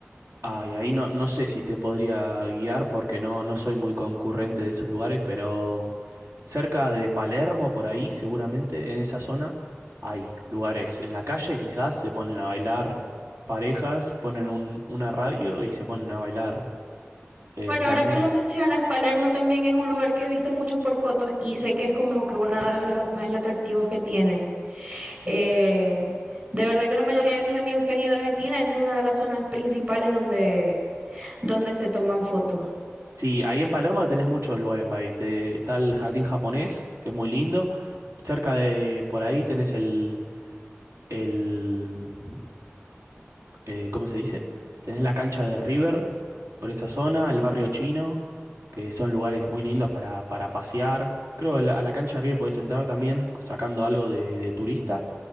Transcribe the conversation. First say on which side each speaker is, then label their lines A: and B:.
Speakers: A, on the right; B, on the right.
A: Ay, ahí no, no sé si te podría guiar porque no, no soy muy concurrente de esos lugares, pero cerca de Palermo, por ahí, seguramente, en esa zona, hay lugares. En la calle quizás se ponen a bailar parejas, ponen un, una radio y se ponen a bailar eh,
B: Bueno,
A: flamenco.
B: ahora que lo mencionas, Palermo también es un lugar que he visto mucho por fotos y sé que es como que uno de los más atractivos que tiene. Eh, de verdad que la mayoría de mis amigos que han ido a Argentina, esa es una de las zonas principales donde, donde se toman fotos.
A: Sí, ahí en Palermo tenés muchos lugares para ir. Te- está el jardín japonés, que es muy lindo. Cerca de por ahí tenés el, el eh, ¿cómo se dice? Tenés la cancha de River por esa zona, el barrio chino, que son lugares muy lindos para, para pasear. Creo que a la, a la cancha de River podés entrar también sacando algo de, de turista,